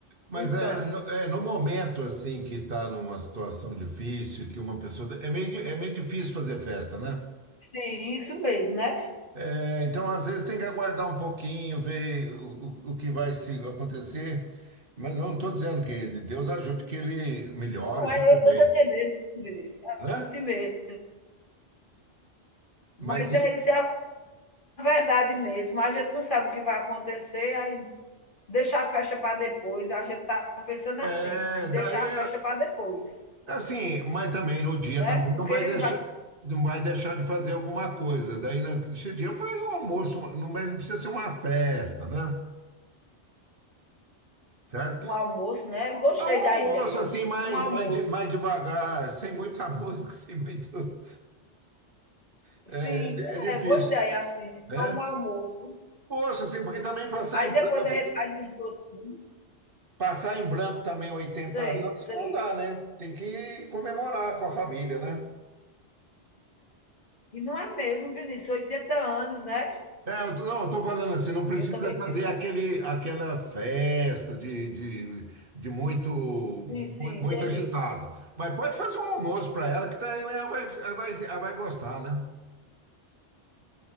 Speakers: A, on the right; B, on the left.
A: Mas
B: com câncer.
A: é no, é no momento assim que tá numa situação difícil, que uma pessoa. É meio, di- é meio difícil fazer festa, né?
B: Sim, isso mesmo, né?
A: É, então, às vezes, tem que aguardar um pouquinho, ver o, o, o que vai se acontecer. Mas não estou dizendo que Deus ajude que ele melhore,
B: Não é,
A: fique
B: eu estou
A: bem,
B: entendendo, Vinícius,
A: né?
B: é assim mesmo. Mas
A: Mas
B: é isso, é a verdade mesmo. A gente não sabe o que vai acontecer, aí deixar a festa para depois, a gente está pensando
A: é,
B: assim, deixar
A: daí.
B: a festa para depois,
A: Assim, mas também no dia
B: né?
A: também
B: Porque
A: não vai deixar,
B: vai
A: não vai deixar de fazer alguma coisa. Daí nesse dia faz um almoço, não vai- não precisa ser uma festa, né? Certo?
B: um almoço, né? Gostei
A: É um
B: da
A: almoço
B: ideia.
A: assim, mais,
B: Um almoço.
A: mais, de- mais devagar, sem muita música, <laughs> sem muito. É,
B: Sim,
A: é difícil,
B: é boa ideia, assim,
A: né?
B: só um almoço.
A: Poxa, assim, porque também passar
B: Aí
A: em
B: depois
A: branco,
B: a gente faz os docinhos.
A: passar em branco também oitenta
B: Sei,
A: anos
B: sei.
A: não dá, né? Tem que comemorar com a família, né?
B: E não é mesmo, Vinícius, 80 anos, né?
A: É, eu tô- não, eu tô falando assim, não precisa
B: Eu também penso
A: fazer aquele, aquela festa de, de, de muito, mu-
B: assim, sim, entendi.
A: muito agitado. Mas pode fazer um almoço para ela, que daí ela vai, ela vai, ela vai gostar, né?